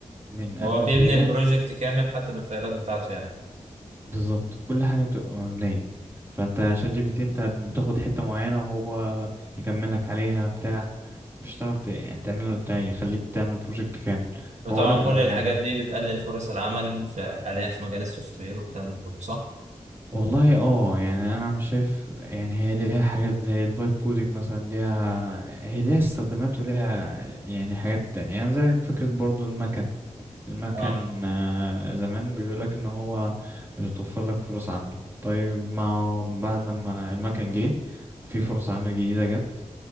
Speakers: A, on the right; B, on the right.
A: من ألف
B: هو بيبني
A: للياء
B: البروجكت كامل حتى بالفايلات بتاعته يعني
A: بالظبط كل حاجة بتبقى مبنية فانت شات جي بي تي انت بتاخد حتة معينة وهو يكملك عليها بتاع مش هتعرف ت- يعني تعمل يعني يخليك تعمل بروجكت كامل
B: وطبعا
A: هو لا
B: كل
A: الموضوع
B: الحاجات دي بتقلل فرص العمل في حاليا في مجال السوفت وير والكلام ده كله صح؟
A: والله اه يعني انا مش شايف يعني هي ليها حاجات زي الفايب كودينج مثلا ليها هي ليها استخدامات وليها يعني حاجات تانية يعني زي فكرة برضو المكن المكن
B: اه
A: آه، زمان بيقولك ان هو مش هتوفر لك فرص عمل طيب ما هو بعد لما المكن جه في فرص عمل جديدة جت